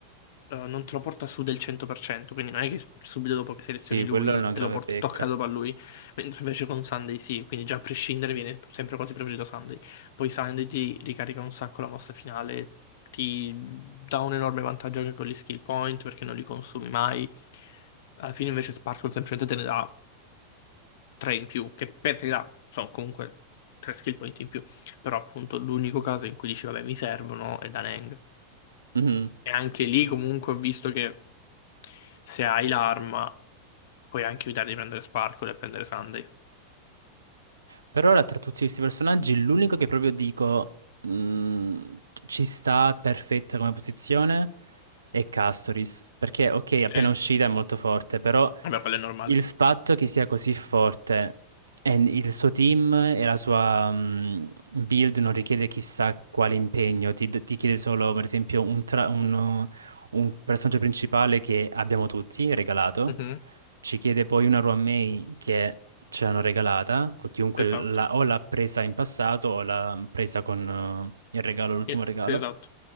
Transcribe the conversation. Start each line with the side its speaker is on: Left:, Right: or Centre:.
Left: eh, non te lo porta su del 100%, quindi non è che subito dopo che selezioni
Right: Sì, quello
Left: lui
Right: è una grave
Left: te lo porta,
Right: pecca.
Left: tocca dopo a lui, mentre invece con Sunday sì, quindi già a prescindere viene sempre quasi preferito Sunday. Poi Sunday ti ricarica un sacco la mossa finale, ti dà un enorme vantaggio anche con gli skill point perché non li consumi mai. Alla fine invece Sparkle semplicemente te ne dà 3 in più, che per carità sono comunque 3 skill point in più, però appunto l'unico caso in cui dici vabbè mi servono è da Nang.
Right: Mhm.
Left: E anche lì comunque ho visto che se hai l'arma, puoi anche evitare di prendere Sparkle e prendere Sunday.
Right: Per ora, tra tutti questi personaggi, l'unico che proprio dico mh, ci sta perfetta come posizione è Castoris. Perché, ok,
Left: Sì,
Right: appena uscita è molto forte, però
Left: vabbè, quello è normale.
Right: il fatto che sia così forte e il suo team e la sua mh, build non richiede chissà quale impegno, ti, ti chiede solo, per esempio, un, tra- un un personaggio principale che abbiamo tutti regalato
Left: Mhm,
Right: ci chiede poi una May che ce l'hanno regalata, co- chiunque
Left: Esatto.
Right: la- o l'ha presa in passato o l'ha presa con eh, il regalo, l'ultimo
Left: Sì,
Right: regalo.
Left: sì, esatto.